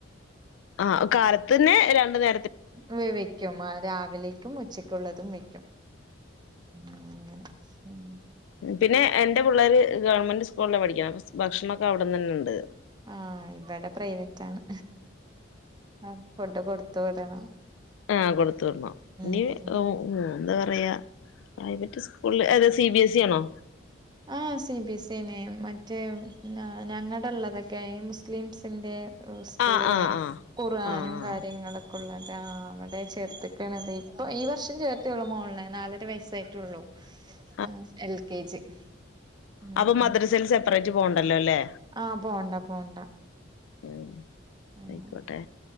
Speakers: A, on the left (about 70°); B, on the right (about 20°).
A: ആഹ് കാലത്തിന്നെ രണ്ട് നേര
B: വെവെക്കും ആഹ് രാവിലേക്കും ഉച്ചക്കുള്ളതും വെക്കും. ആഹ് അങ്ങനെ ഉം.
A: പിന്നെ എന്റെ പിള്ളേര് ഗവൺമെന്റ് സ്കൂളിലാപഠിക്ക്ണേ അപ ഭക്ഷണൊക്കെ അവട്ന്നന്നെ ഇണ്ട്.
B: ആഹ് ഇവടെ പ്രൈവറ്റ് ആണ് ആഹ് ഫുഡ് കൊടുത്തു വിടണം.
A: ആഹ് കൊടുത്ത് വിടണം ഇനി
B: ഉം ഉം
A: ഓ ഓഹ് ന്താ പറയാ പ്രൈവറ്റ് സ്കൂളില് അതെ സി ബി എസ് ഇ ആണോ?
B: ആഹ് സി ബി എസ് നെ മറ്റേ ഞങ്ങടെള്ളതൊക്കെ ഇ മുസ്ലിംസിന്റെറ സ്കൂളില്ലേ?
A: ആഹ് ആഹ് ആഹ്
B: ഖർആാനും
A: ആഹ്
B: കാര്യങ്ങളൊക്കെ ഉള്ളതാ അവടെ ചേർത്ത്ക്ക്ണ തെയ് ഇപ്പൊ ഈ വർഷം ചേർ ത്ഹ് മോള്ളേ നാലര വയസ്സായിട്ടെള്ളൂ.
A: <inaudible>
B: ആഹ് എൽ കെ ജി. ഉം
A: അപ്പൊ മദ്രസയൽ
B: ഉം
A: സെപ്പറേറ്റ് പോവണ്ടല്ലോല്ലേ?
B: ആഹ് പോണ്ട പോണ്ട
A: ഉം
B: ഉം
A: ആയിക്കോട്ടെ.